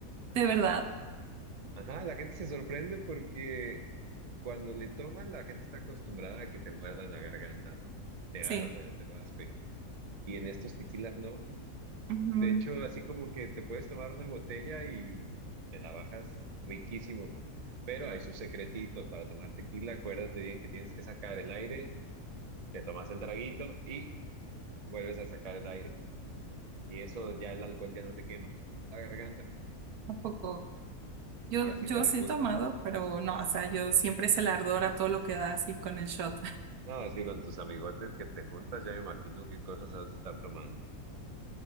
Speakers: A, on the right; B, on the right.
A: De verdad,
B: Ajá, la gente se sorprende porque cuando le toman, la gente está acostumbrada a que te muerda la garganta, ¿no? Te
A: sí,
B: arde, te raspe. Y en estos tequilas no.
A: Ujú.
B: De hecho, así como que te puedes tomar una botella y te la bajas riquísimo. Pero hay sus secretitos para tomar tequila. Acuérdate bien que tienes que sacar el aire, te tomas el traguito y vuelves a sacar el aire. Y eso ya el alcohol ya no te quema la garganta.
A: tampoco. Yo,
B: Y así
A: yo
B: lo degustas
A: sí he tomado, pero no, o sea, yo siempre es el ardor a todo lo que da así con el shot.
B: No, es que con tus amigotes que te juntas, ya me imagino qué cosas has de estar tomando.